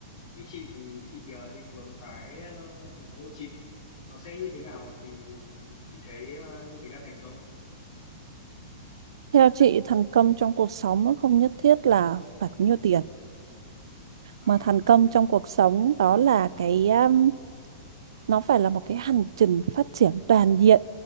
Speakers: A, on the left (about 65°); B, on the right (about 75°).
A: như chị thì chị ờ, định hướng cái ờ, cuộc sống của chị nó sẽ như thế nào thì chị thấy ờ, như thế là thành công.
B: Theo chị thành công trong cuộc sống nó không nhất thiết là phải có nhiều tiền
A: À
B: mà thành
A: ha,
B: công trong cuộc sống đó là cái um, nó phải là một cái hành trình phát triển toàn diện